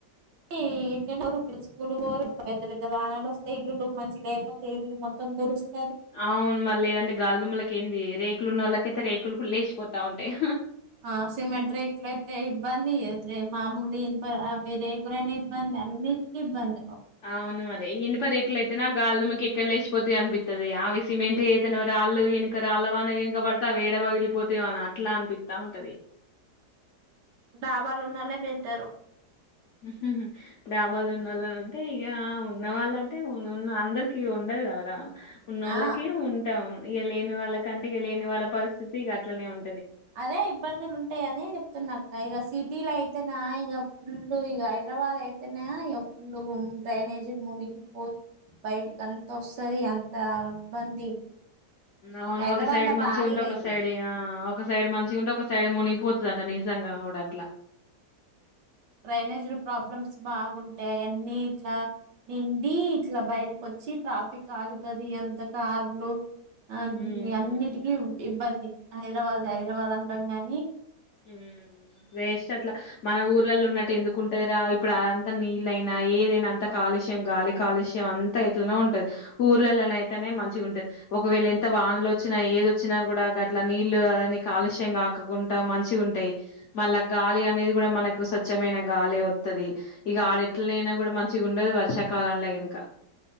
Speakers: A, on the right; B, on the left.
A: ఈ పిల్లోరు ఇద్దరు స్కూల్ పోరు పెద్ద పెద్ద వానాలు వస్తే ఇల్లులు మంచి లేపోతే ఇల్లు మొత్తంకురుస్తూ
B: అవును మళ్ళీ ఏదంటే గాల్దుమ్మలకి ఏంది రేకులు ఉన్న వాళ్ళకైతే రేకు కులుకులు లేచిపోతా ఉంటాయి.
A: ఆ సిమెంట్ రేకుల అయితే ఇబ్బంది. మామూలు ఇనప అవి రేకులైనా ఇబ్బందే అన్నిటికి ఇబ్బందే.
B: అవును మరి ఇనుప రేకులు అయితే నా గాలి దుమ్ముకి ఎక్కడ లేచిపోతాయ అనిపి తది, అవి సిమెంటియి అయితేనెమో రాళ్ళు వెనక రాళ్ళ వాన గినక పడితే అవి ఏడ పగిలిపోతయో అని అట్లా అనిపిత్తా ఉంటది.
A: డాబాలు ఉన్నోల్లే బెటరు.
B: హుహ్హు డాబాలు ఉనోళ్ళనంటే ఇగ ఉ ఉన్నవాళ్ళ అంటే ఉనున్న అందరికి ఉండదు కదా ఉన్నోళ్ళకి
A: ఆ
B: ఉంటాం ఇగా లేని వాళ్ళ కంటే ఇగ లేని వాళ్ళ పరిస్థితి ఇగ అట్ననే ఉం
A: అదే ఇబ్బందులు ఉంటాయనే చెప్తున్నా
B: ఇగ.
A: ఇగా సిటీ లైతేనా ఇగ ఫుల్ ఇగ హైదరాబాద్ అయితేనేమో ఇగ ఫుల్ డ్రైనేజ్ మునిగిపో బయటకి అంత వస్తది అంత ఇబ్బంది.
B: అవును
A: హైదరాబాద్
B: ఒక సైడ్
A: లో
B: మంచిగుంటే
A: బాగా ఇదైతది
B: ఒక సైడ్ ఆ ఒక సైడ్ మంచిగా ఉంటే ఒక సైడ్ మునిగిపోత లంట నిజంగా కూడా అట్లా
A: డ్రైనేజ్లు ప్రాబ్లమ్స్ బాగుంటయి అయన్నీ ఇట్లా నిండి ఇట్లా బయటకు వచ్చి ట్రాఫిక్ ఆగుతది అంత కార్లు ఆ
B: హ్మ్.
A: అన్నిటికి ఇబ్బంది హైదరాబాద్ హైదరాబాద్ అంటం గాని
B: హ్ వేస్ట్ అట్లా మన ఊర్లలో ఉన్నట్టు ఎందుకుంటదిరా. ఇప్పుడు అంత నీళ్ళైనా ఏదైనా అంత కాలుష్యం గాలి కాలుష్యం అంతా ఎట్లనో ఉంటది. ఊర్లల్లా అయితేనే మంచిగా ఉంటది. ఒకవేళ ఎంత వానలు వచ్చినా ఏదొచ్చినా కూడా గట్ల నీళ్ళు అవి అన్నీ కాలుష్యం కాకోకుంటా మం మంచిగ ఉంటయి. మళ్ళా గాలి అనేది కూడా మనకు స్వచ్ఛమైన గాలె వత్తది. ఇగ ఆడెట్నైనా కూడా మంచిగా ఉండదు వర్షాకాలంలో గినుక.